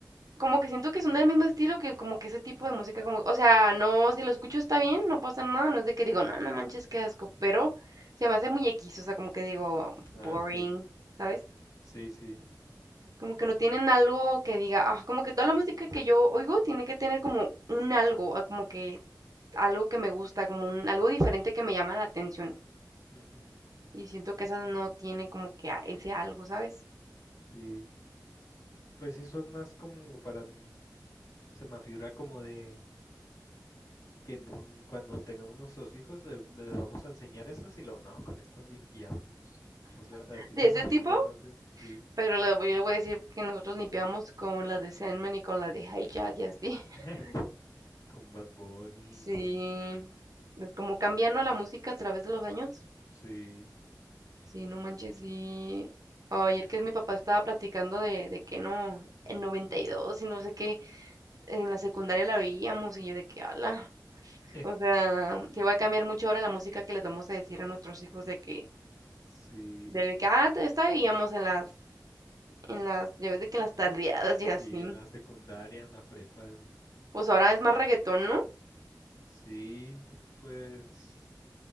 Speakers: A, on the right; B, on the left.
A: Como que siento que son del mismo estilo que como que ese tipo de música, como, o sea, no, si lo escucho está bien, no pasa nada, no es de que digo, no, no manches, qué asco, pero se me hace muy X, o sea, como que digo, boring,
B: Ah, ok.
A: ¿sabes?
B: Sí, sí.
A: Como que no tienen algo que diga, ah, como que toda la música que yo oigo tiene que tener como un algo, ah, como que algo que me gusta, como un, algo diferente que me llama la atención.
B: Ujú,
A: Y siento que esas no tienen como que a- ese algo, ¿sabes?
B: Sí. Pues sí, son más como para... m- Se me figura como de que en un- cuando tengamos nuestros hijos le- les vamos a enseñar esas y lo no, con estas limpiábamos. O sea, así
A: De
B: se
A: ese
B: me figura,
A: tipo,
B: no sé. Sí.
A: Pero le voy- yo le voy a decir que nosotros limpiamos con las de Sandman y con las de Hijack y así. <laughs>
B: <laughs> Con Bad Bunny,
A: Sí,
B: con...
A: pues como cambiando la música a través de los años.
B: Sí.
A: Sí, no manches, sí. Oh, Ayer que mi papá estaba platicando de, de que no, en 92 y dos y no sé qué, en la secundaria la veíamos y yo de que ala.
B: <laughs>
A: O sea, sí va a cambiar mucho ahora la música que les vamos a decir a nuestros hijos de que,
B: Sí,
A: de que antes estábamos en las, en las, ya ves de que en las tardeadas y así.
B: sí, en la secundaria, en la prepa, eso.
A: Pues ahora es más reggaetón, ¿no?
B: Sí, pues,